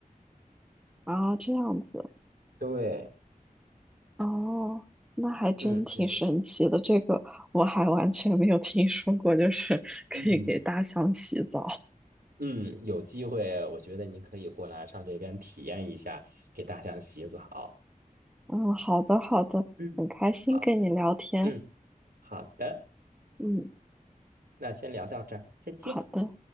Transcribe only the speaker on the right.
对，
嗯嗯
嗯嗯，有机会我觉得你可以过来上这边体验一下给大象洗澡。
嗯，
好，嗯，好的，
那先聊到这儿，再见。